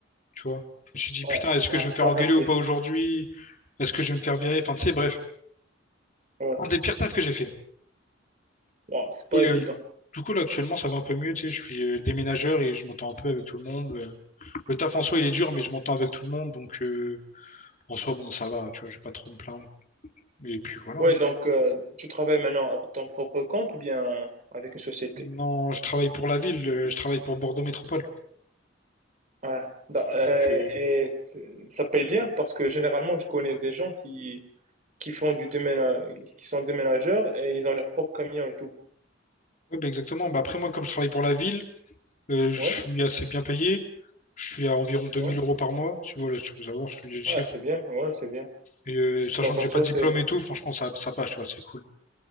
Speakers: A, on the left (about 40°); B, on the right (about 40°).
A: tu vois. Je me suis dit,
B: Ouais,
A: putain, est-ce
B: ouais,
A: que je vais me
B: c'est
A: faire
B: pas
A: engueuler
B: facile.
A: ou pas aujourd'hui? Est-ce que je vais me faire virer? Enfin, tu sais, bref,
B: Ouais,
A: un des pires tafs que j'ai fait.
B: Ouais, c'est pas
A: Et
B: évident.
A: euh, du coup, là, actuellement, ça va un peu mieux. Tu sais, je suis euh, déménageur et je m'entends un peu avec tout le monde. Euh, Le taf en soi, il est dur, mais je m'entends avec tout le monde. Donc, euh, en soi, bon, ça va. Tu vois, je vais pas trop me plaindre. Et puis voilà.
B: Ouais,
A: hein.
B: donc euh, tu travailles maintenant à ton propre compte ou bien avec une société?
A: Non, je travaille pour la ville. euh, je travaille pour Bordeaux Métropole.
B: Ouais. Da- euh,
A: Donc, euh,
B: et t- ça paye bien parce que généralement, je connais des gens qui, qui font du déména- qui sont déménageurs et ils ont leur propre camion et tout.
A: ouais, bah, exactement. Bah, après, moi, comme je travaille pour la ville, euh, je
B: Ouais,
A: suis assez bien payé. Je suis à environ deux
B: ouais.
A: mille euros par mois. Tu vois, là, si tu veux savoir, je te dis le chiffre.
B: Ah, c'est bien, ouais, c'est bien.
A: Et, euh, sachant
B: Donc
A: que
B: en
A: j'ai
B: soi,
A: pas de diplôme
B: c'est...
A: et tout, franchement, ça, ça passe. Tu vois, c'est cool.